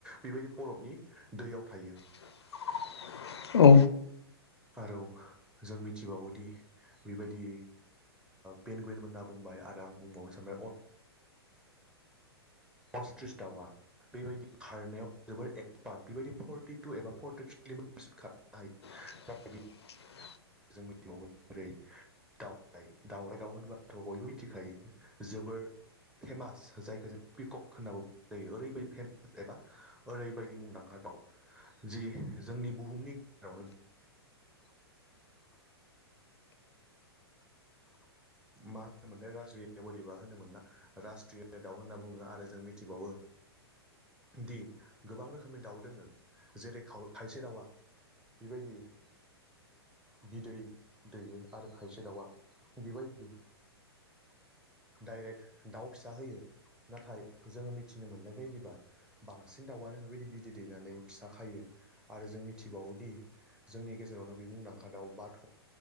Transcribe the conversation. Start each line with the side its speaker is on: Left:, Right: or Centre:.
Centre: बेबायदि बररफनि दैयाव थायो।
Left: <inaudible> औ
Centre: आरो जों मिथिबावोदि बेबायदि पेन गुयेनबो होन्ना बुंबाय आरो आं बुंबावनो सानबाय अ असथ्रिस दाउआ बेबायदि खारनायाव जोबद एक्सपार्ट बेबायदि फर्टि टु एबा फरटिथ्रिमि खारनो हायो।
Left: <inaudible>
Centre: दा बे जों मिथियो बोरै दउ दावरराय दाउ होनबाथ' बयबो मिथिखायो जोबोर फेमास जायखौ जों पिकक होननाबो बुं जायो ओरैबायदि फेमास एबा ओरैबायदि मुंदांखा दाउ जि जोंनि बुहुमनि गेजेरावनो मा होनोमोनथाय राजास्रि बोरैबा होनोमोन ना। रास्ट्रिय दाउ होनना बुङो आरो जों मिथिबावो दि गोबां रोखोमनि दाउ दोङो जेरै थायसे दाउआ बेबायदि बिदै दैयो आरो खायसे दाउआ बेबायदि डाइरेक्ट दाउ फिसा होयो। नाथाय जोङो मिथिनो मोननाय बायदिबा बांसिन दाउआनो बेबायदि बिदै दैनानै फिसा खायो आरो जों मिथिबावोदि जोंनि गेजेरावनो बे मुंदांखा दाव बाथ'